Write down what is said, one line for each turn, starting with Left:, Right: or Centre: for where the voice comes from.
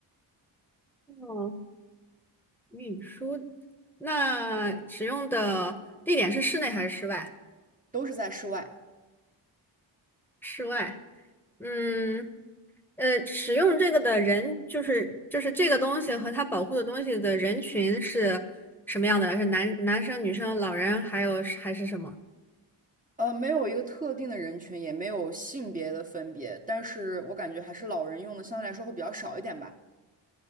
Centre: 哦，运输，那使用的地点是室内还是室外？
Right: 都是在室外。
Centre: 室外。嗯，呃，使用这个的人就是就是这个东西和它保护的东西的人群是什么样的？是男男生、女生、老人，还有还是什么？
Right: 呃，没有一个特定的人群，也没有性别的分别，但是我感觉还是老人用的相对来说会比较少一点吧。